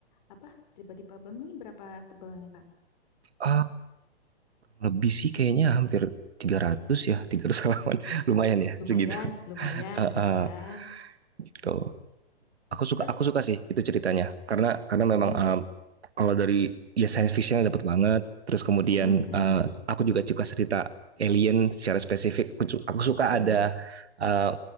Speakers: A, on the left; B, on the right.
A: apa? Pribadi problem ini berapa tebalnya, Kak?
B: ah lebih sih kayaknya hampir 300 ya 300 halaman <laughs> lumayan ya
A: Lumayan,
B: segitu <laughs>
A: lumayan,
B: uh, uh,
A: lumayan.
B: gitu aku suka
A: Terus,
B: aku suka sih itu ceritanya karena karena memang
A: mm,
B: um, kalau dari ya science fiction dapat banget terus kemudian
A: mm, mm,
B: eh,
A: mm.
B: aku juga suka cerita alien secara spesifik aku, aku suka
A: Iya.
B: ada eh,